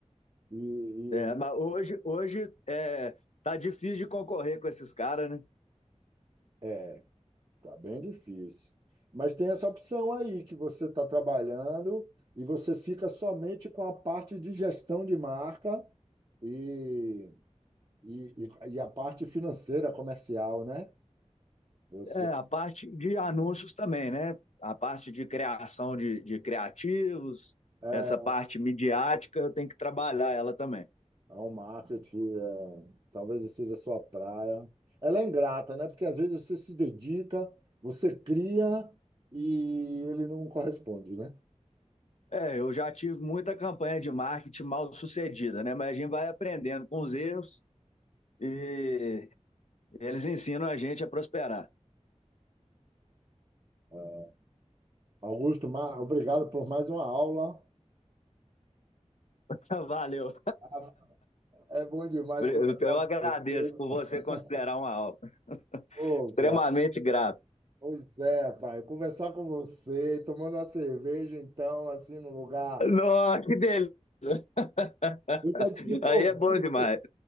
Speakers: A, on the right; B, on the left.
A: E,
B: É,
A: e
B: mas hoje, hoje é, tá difícil de concorrer com esses caras, né?
A: é, tá bem difícil. Mas tem essa opção aí que você está trabalhando e você fica somente com a parte de gestão de marca e, e, e e a parte financeira comercial, né? Você
B: É, a parte de anúncios também, né? A parte de criação de, de criativos,
A: é,
B: essa parte midiática, eu tenho que trabalhar ela também.
A: Ao marketing, é, talvez essa seja a sua praia. Ela é ingrata, né? Porque às vezes você se dedica, você cria e ele não corresponde, né?
B: É, eu já tive muita campanha de marketing mal sucedida, né? Mas a gente vai aprendendo com os erros e eles ensinam a gente a prosperar.
A: É. Augusto, ma- obrigado por mais uma aula.
B: <laughs> Valeu.
A: Ah, É bom demais
B: Eu
A: conversar com
B: agradeço
A: você.
B: por
A: <laughs>
B: você considerar uma aula.
A: Poxa,
B: Extremamente grato.
A: pois é, pai. Conversar com você, tomando uma cerveja, então, assim, no lugar.
B: Nossa, que delícia! <laughs>
A: Eu já te convido.
B: Aí é bom demais.